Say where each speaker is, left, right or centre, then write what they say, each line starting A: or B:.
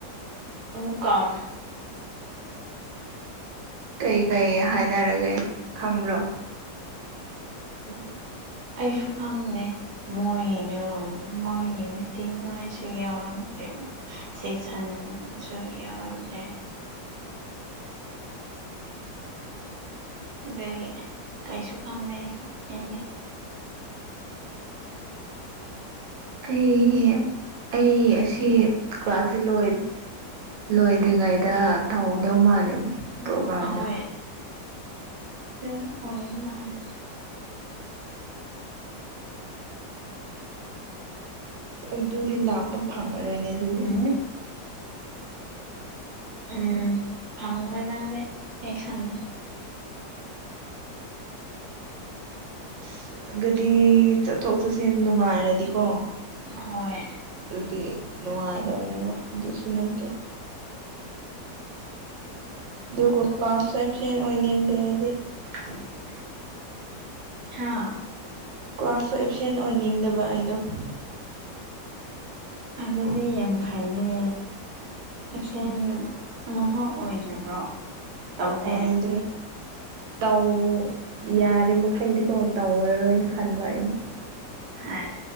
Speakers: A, on the right; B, on the right.
A: ꯑꯃꯨꯛ ꯀꯥꯎꯔꯦ
B: ꯀꯩꯀꯩ ꯍꯥꯏꯅꯔꯒꯦ ꯈꯪꯕ꯭ꯔꯣ
A: ꯑꯣ ꯑꯩꯁꯨ ꯈꯪꯗꯦ ꯃꯣꯏꯗꯨ ꯃꯣꯏ ꯃꯤꯇꯤꯡꯗꯣ ꯑꯩꯁꯨ ꯌꯥꯎꯔꯝꯗ꯭ꯔꯦꯕ ꯁꯦꯁꯟꯁꯨ ꯌꯥꯎꯔꯝꯗꯦ ꯗꯨꯒꯤꯅꯦ ꯀꯩꯁꯨ ꯈꯪꯗꯦ ꯑꯩꯁꯨ ꯑꯩꯗꯤ
B: ꯀꯩꯒꯤ ꯑꯩ ꯑꯁꯤ ꯀ꯭ꯂꯥꯁꯁꯤ ꯂꯣꯏ ꯂꯣꯏꯗ꯭ꯔꯤꯉꯩꯗ ꯇꯧꯗꯧ ꯃꯥꯜꯂꯦ ꯄ꯭ꯔꯣꯒ꯭ꯔꯥꯝꯗꯣ
A: ꯑꯍꯣꯏ <unintelligible> ꯑꯣꯏ ꯃꯥꯟꯂꯦ
B: ꯑꯗꯨꯗꯤ ꯂꯥꯛꯄ ꯐꯪꯉꯔꯣꯏꯅꯦ ꯑꯗꯨꯗꯤ
A: <unintelligible> ꯎꯝ ꯐꯪꯉꯣꯢ ꯅꯪꯗꯤ ꯑꯩ ꯈꯪꯉꯦ
B: ꯑꯁ ꯑꯗꯨꯗꯤ ꯆꯠꯊꯣꯛ ꯆꯠꯁꯤꯟ ꯅꯨꯡꯉꯥꯏꯔꯗꯤꯀꯣ
A: ꯍꯣꯏ
B: ꯑꯗꯨꯗꯤ ꯅꯨꯡꯉꯥꯏꯗꯧꯅꯦꯕ ꯑꯗꯨꯁꯨ ꯅꯠꯇꯦ ꯑꯗꯨꯒ ꯀ꯭ꯂꯥꯁ ꯑꯦꯞꯁꯦꯟ ꯑꯣꯏꯅꯤꯡꯗꯦ ꯑꯩꯗꯤ
A: <inaudible> ꯍꯥꯥ
B: ꯀ꯭ꯂꯥꯁꯁꯨ ꯑꯦꯞꯁꯦꯟ ꯑꯣꯏꯅꯤꯡꯗꯕ ꯑꯩꯗꯣ <inaudible>
A: ꯑꯗꯨꯗꯤ ꯌꯥꯝ ꯐꯩꯅꯦ ꯑꯦꯞꯁꯦꯟ ꯑꯃꯐꯥꯎ ꯑꯣꯏꯗ꯭ꯔꯤꯕ꯭ꯔꯣ ꯇꯧꯗꯦ
B: ꯑꯣꯏꯗ꯭ꯔꯤ ꯇꯧ ꯌꯥꯔꯤꯃꯈꯩꯗꯤꯀꯣ ꯇꯧꯔꯔꯣꯏꯅ ꯈꯟꯕ ꯑꯩꯩꯅ
A: ꯍꯣꯏ